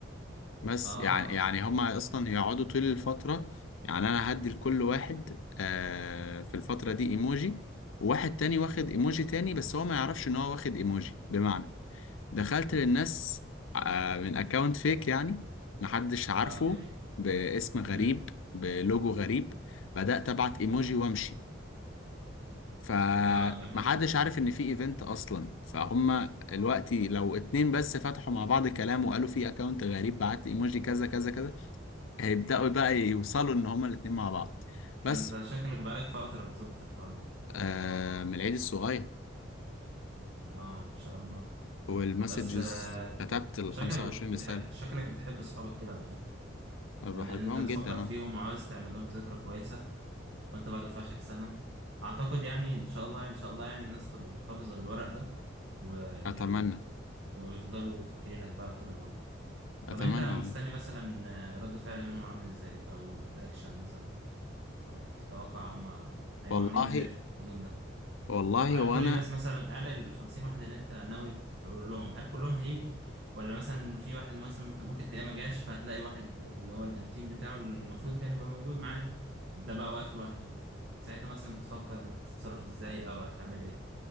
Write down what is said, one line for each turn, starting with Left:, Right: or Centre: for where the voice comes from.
Left: بس
Right: اه
Left: يعني يعني هما اصلا يقعدوا طول الفترة يعني انا هدي لكل واحد آه في الفترة دي ايموجي وواحد تاني واخد ايموجي تاني بس هو ما يعرفش ان هو واخد ايموجي بمعنى دخلت للناس آه من اكونت فيك يعني محدش عارفه
Right: اه جميل
Left: باسم غريب
Right: مم.
Left: بلوجو غريب بدأت ابعت ايموجي وامشي فمحدش
Right: اه جميل
Left: عارف ان في ايفنت اصلا فهم دلوقتي لو اتنين بس فتحوا مع بعض كلام وقالوا في اكونت غريب بعت ايموجي كذا كذا كذا هيبدأوا بقى يوصلوا إن هما الاتنين مع بعض بس
Right: ده انت شكلك بقالك فترة بتظبط الحوار ده
Left: آه من العيد الصغير
Right: اه ان شاء الله
Left: والمسجز
Right: بس آه
Left: كتبت ال
Right: شكلك
Left: 25
Right: بتح...
Left: رسالة
Right: شكلك بتحب اصحابك كده على فكرة
Left: أنا
Right: يعني
Left: بحبهم
Right: ان انت بتفكر
Left: جدا
Right: فيهم
Left: أه
Right: وعاوز تعمل لهم ذكرى كويسة وانت برضه في اخر سنة اعتقد يعني ان شاء الله ان شاء الله يعني الناس تبقى محتفظة بالورق ده ويعني
Left: أتمنى
Right: ويفضلوا فاكرينك بقى طول العمر طب
Left: أتمنى
Right: انت مستني
Left: والله
Right: مثلا آه، رد فعل منهم عامل ازاي او رياكشن مثلا او تتوقع هم هيبقوا
Left: والله
Right: عاملين ازاي في اليوم ده
Left: والله
Right: وهل
Left: وأنا
Right: كل الناس مثلا قال ال 50 واحد اللي انت ناوي تقول لهم هل كلهم هيجوا ولا مثلا في واحد مثلا مت- ممكن تلاقيه ما جاش فهتلاقي واحد اللي هو الانتيم بتاعه اللي المفروض كان يبقى موجود معاه ده بقى واقف لوحده ساعتها مثلا بتفكر تتصرف ازاي او هتعمل ايه